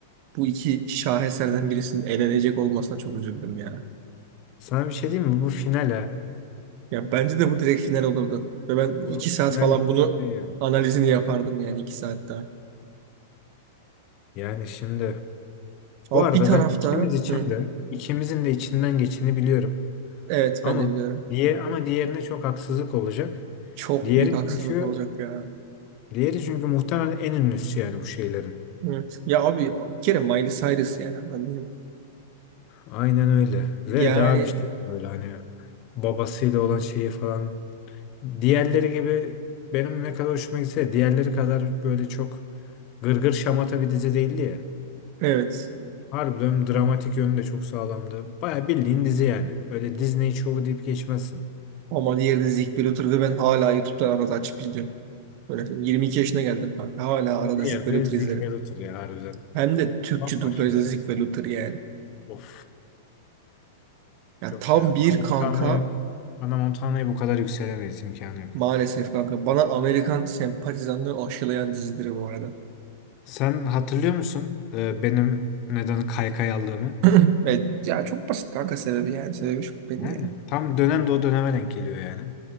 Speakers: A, on the right; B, on the left.
A: bu iki şaheserden birisinin elenecek olmasına çok üzüldüm ya.
B: Sana bir şey diyeyim mi? Bu final ha.
A: Ya bence de bu direkt final olurdu. Ve ben
B: Bu
A: iki saat
B: final
A: falan
B: için
A: bunu
B: okey yani.
A: analizini yapardım yani iki saat daha.
B: Yani şimdi
A: Ama
B: bu arada
A: bir tarafta
B: ben ikimiz için
A: hı,
B: de ikimizin de içinden geçeni biliyorum.
A: evet
B: Ama
A: ben de biliyorum.
B: diye ama diğerine çok haksızlık olacak.
A: Çok
B: Diğeri
A: büyük haksızlık
B: çünkü
A: olacak ya.
B: Diğeri çünkü muhtemelen en ünlüsü yani bu şeylerin.
A: Evet. Ya abi bir kere Miley Cyrus yani anladın
B: Aynen öyle. Ve
A: Yani
B: daha bir şey böyle hani babasıyla olan şeyi falan. Diğerleri gibi benim ne kadar hoşuma gitse de diğerleri kadar böyle çok gırgır şamata bir dizi değildi ya.
A: evet.
B: Harbiden dramatik yönü de çok sağlamdı. Baya bildiğin dizi yani. Öyle Disney şovu deyip geçmezsin.
A: Ama diğeri de Zig ve ve ben hala YouTube'dan arada açıp izliyorum. Böyle 22 yaşına geldim kanka. Hala
B: Ama
A: arada
B: diğer
A: Zig ve
B: de Zeke
A: izlerim.
B: ve Luther ya harbiden.
A: Hem de Türkçe
B: Bambaşka
A: dublajda
B: bir olsun.
A: Zig ve yani.
B: Of.
A: Ya
B: Yok
A: tam
B: ya.
A: bir
B: Ana Montana'ya
A: kanka
B: Ana Montana'ya bu kadar yükselemeyiz imkanı yok.
A: Maalesef kanka. Bana Amerikan sempatizanlığı aşılayan dizidir bu arada.
B: Sen hatırlıyor musun e, benim neden kaykay aldığımı?
A: <clears throat> Evet. Ya çok basit kanka sebebi yani. Sebebi çok belli
B: Yani
A: yani.
B: tam dönem de o döneme denk geliyor yani.